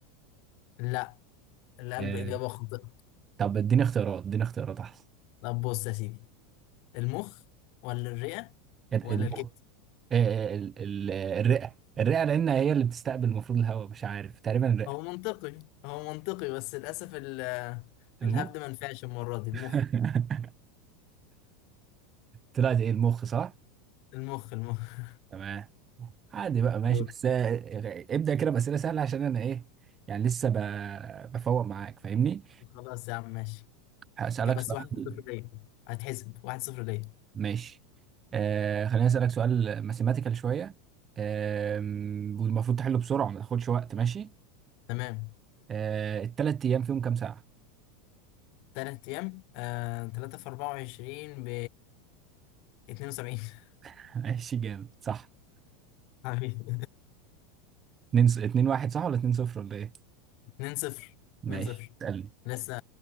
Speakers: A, on the left; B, on the right.
A: لا القلب
B: آه...
A: اجابة خاطئة
B: طب اديني اختيارات اديني اختيارات احسن
A: طب بص يا سيدي المخ ولا الرئة
B: المخ
A: ولا الكبد
B: آه... آه، ال... ال... الرئة الرئة لان هي اللي بتستقبل المفروض الهواء مش عارف تقريبا الرئة
A: هو منطقي هو منطقي بس للاسف ال-
B: المخ
A: الهبد ما نفعش المرة دي المخ
B: <laughs> طلعت ايه المخ صح
A: المخ المخ
B: تمام عادي بقى ماشي
A: دور
B: بس آه، آه، ابدأ كده بأسئلة سهلة عشان انا ايه يعني لسه ب... بفوق معاك فاهمني
A: خلاص يا عم ماشي
B: هسألك
A: ك- بس
B: سؤال
A: واحد صفر ليا هتحسب واحد صفر ليا
B: ماشي آه خليني اسالك سؤال ماثيماتيكال شويه آه والمفروض تحله بسرعه ما تاخدش وقت ماشي
A: تمام
B: آه الثلاث ايام فيهم كام ساعه
A: تلات أيام آه تلاتة في أربعة وعشرين ب اتنين وسبعين <laughs>
B: <laughs> ماشي جامد صح
A: حبيبي
B: 2 2 1 صح ولا 2 0 ولا ايه
A: اتنين صفر
B: ماشي
A: اتنين صفر
B: اسالني
A: لسه